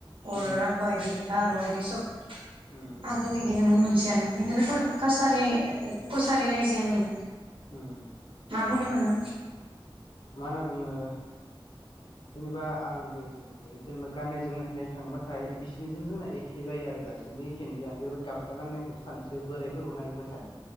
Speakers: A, on the right; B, on the left.
A: अ'
B: उम
A: रफदि गार' बिदि सब
B: उम
A: आगोल बिददिनो मोन <unintelligible> बेखौनो कारि कसारि रायजोआनो
B: <unintelligible>
A: बुंनो मोन
B: मा होनना बुङो जेनेबा आं बेलेग बुंसै जेनेबा गाननाय जोमनायनाय थांबाथाय बिसोर बिजों जोंना एखे जायो आरो दासिमबो एखे नुयो आं जेरै गामसा गाननायखौ सानैसो बोरायफोर हर नायोबाथाय।